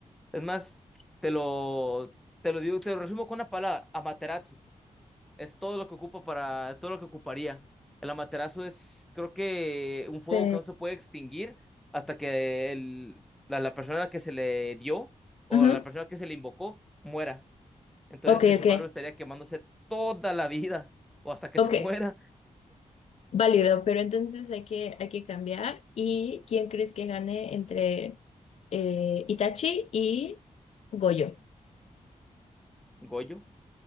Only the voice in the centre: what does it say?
es más, te lo, te lo digo, te lo resumo con una palabra, Amaterasu. Es todo lo que ocupa para, todo lo que ocuparía. El amaterasu es, creo que, un
fuego que no se puede extinguir hasta que el- la, la persona que se le dio o
la persona que se le invocó muera. Entonces
el Shimaru
estaría quemándose toda la vida <laughs> o hasta que
se muera.
Goyo,